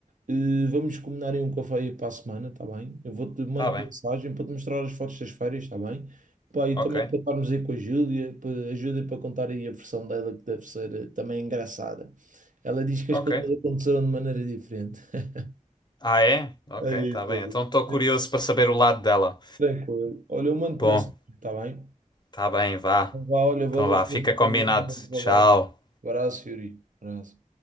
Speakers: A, on the right; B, on the left.
A: Eh, vamos combinar em um café aí para a semana, tá bem? Eu vou-te mando
B: Tá bem.
A: mensagem para te mostrar as fotos das feiras, tá bem? Pá, e
B: Ok.
A: também para estarmos aí com a Júlia, para, a Júlia para contar aí a versão dela, que deve ser eh, também engraçada. Ela diz que
B: Ok.
A: as coisas aconteceram de maneira diferente. <laughs>
B: Ah, é? Ok,
A: É isso,
B: tá bem.
A: é
B: Então estou curioso
A: isso.
B: para saber o lado dela.
A: Tranquilo. Olha, eu mando-te
B: Bom,
A: mensagem, está bem?
B: tá bem, vá.
A: Então Vá, olha, valeu
B: Então vá,
A: pelo
B: fica
A: bocadinho,
B: combinado.
A: mando-te valendo.
B: Tchau.
A: Abraço, Yuri. Abraço.